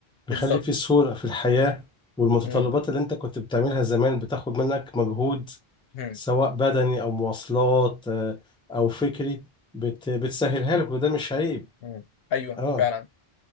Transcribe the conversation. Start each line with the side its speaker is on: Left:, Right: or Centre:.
Centre: بيخلي
Left: بالظبط
Centre: في سهولة في الحياة والمتطلبات
Left: امم
Centre: اللي انت كنت بتعملها زمان بتاخد منك مجهود
Left: امم
Centre: سواء بدني او مواصلات آه، او فكري بت بتسهلها لك وده مش عيب
Left: امم. ايوه
Centre: اه
Left: فعلا